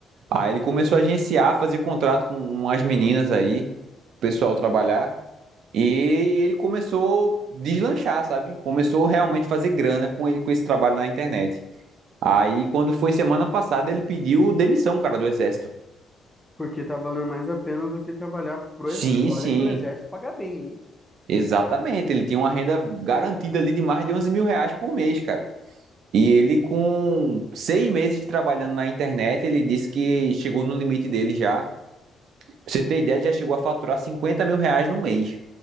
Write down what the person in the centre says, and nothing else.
Porque tá valendo mais a pena do que trabalhar pro
exército. Olha
que o exército paga bem, hein?